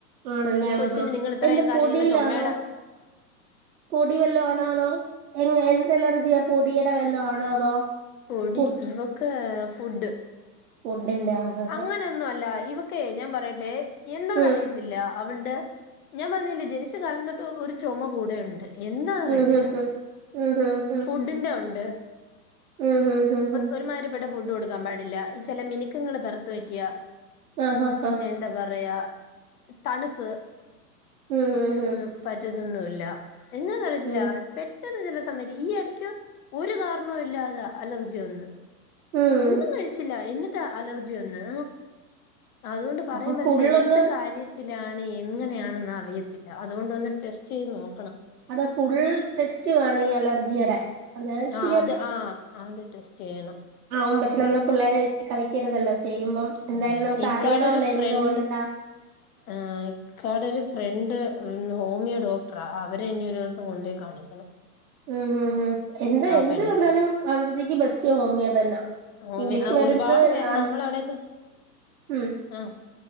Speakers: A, on the right; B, on the left.
A: ആണല്ലേ
B: ഇ കൊച്ചി
A: ആഹാ
B: നിങ്ങള് ഇത്രേയും
A: എന്ത്
B: കാലം
A: പൊടിയിലാണോ
B: ഇങ്ങനെ ചുമടാ
A: പൊടി വെല്ല ആണോ തോ എ എന്ത് എലർജിയാ പൊടിയുടെ വെല്ലോ ആണോ അതോ?
B: പൊടി
A: ഫുഡ്
B: ഇവക്ക് ഫുഡ്.
A: ഫുഡ്ന്റെ ആണ്
B: അങ്ങനെയൊന്നും അല്ല ഇവക്കെ ഞാൻ പറയട്ടെ എന്താന്നറിയത്തില്ല.
A: ഉം
B: അവളുടെ ഞാൻ പറഞ്ഞല്ലേ ജനിച്ച കാലം തൊട്ട് ഒരു ചുമ കൂടെ ഉണ്ട്. എന്താന്നറിയത്തില്ല
A: ഉം് ഹം ഹ ഉം ഹ ആഹ്
B: ഫുഡിന്റെ ഉണ്ട്
A: ഉം ഹും ഹും ഹും
B: ഒരുമാതിരി പ്പെട്ട ഫുഡ് കൊടുക്കും. കാൻ പാടില്ല ഈ ചില മിനക്കങ്ങള് പറത്തു പറ്റിയ.
A: ആഹ് ആഹ്
B: പിന്നെ
A: ആഹ്
B: എന്താ പറയാ തണുപ്പ്
A: ഉം
B: എന്നും
A: ഹും
B: പറ്റതൊന്നുമല്ല. എന്താന്ന് അറിയതില്ല
A: ഉം
B: പെട്ടെന്ന് ജല സമയത്ത് ഈ ഇടയ്ക്ക് ഒരു കാരണം ഇല്ലാതെ അലർജി വന്ന്.
A: ഉം
B: ഒന്നും കഴിച്ചില്ല എന്നിട്ടാ അലർജി വന്ന്. ആ അതുകൊണ്ട് പറയാൻ
A: അപ്പൊ
B: പറ്റത്തില്ല
A: ഫുള്ളൊന്ന്
B: എന്ത് കാര്യത്തി ത്തിലാണ് എങ്ങനെയാണെന്ന് അറിയത്തില്ല. അതുകൊണ്ട് ഒന്ന് ടെസ്റ്റ് ചെയ്ത് നോക്കണം.
A: അത് ഫുൾ ടെസ്റ്റ് വേണം ഈ അലർജിയുടെ. അത് ഇച്ചിരി
B: ആ അത് ആഹ് അത് ടെസ്റ്റ് ചെയ്യണം.
A: ആും പക്ഷെ നമ്മള് പിള്ളേരെ വെച്ച് കളിക്കരുതല്ലോ ചെയ്യുമ്പം എന്തായാലും
B: ഉം
A: നമുക്ക്
B: ഇക്കാടൊരു
A: അറിയണമല്ലോ
B: ഫ്രണ്ട്
A: എന്തുകൊണ്ടാ
B: ആഹ് ഇക്കാടെ ഒരു ഫ്രണ്ട് ഹോമിയോ ഡോക്ടറാ. അവരെ ഇനി ഒരു ദിവസം കൊണ്ട്പോയി കാണിക്കണം.
A: ഉം ഉം ഉ എന്താ
B: ആ
A: എന്ത്
B: പെണ്ണിന്
A: വന്നാലും അലർജിക്ക് ബെസ്റ്റ് ഹോമിയോ തന്നെ.
B: ഹോമിയോ
A: ഇംഗ്ലീഷ്മരുന്ന്
B: ആ ഒരുപാട് പേര്
A: ആ
B: നമ്മളവിടെയൊക്കെ
A: ഉം.
B: ആഹ്.